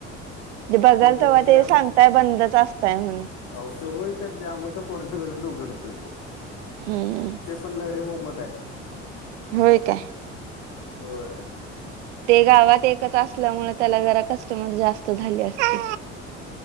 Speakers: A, on the right; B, on the left.
A: जे बघल
B: तो कधीतरी
A: तेव्हा ते सांगताय बंदच असताय म्हणून.
B: आहो तो होय तर ते आमोशा पौर्णिमेलाच उघडतोय तो.
A: हम्म
B: ते पण लहरी मोमद आहे.
A: होय काय?
B: होय
A: ते गावात एकच असल्यामुळे त्याला जरा कस्टमर जास्त झाले असतील.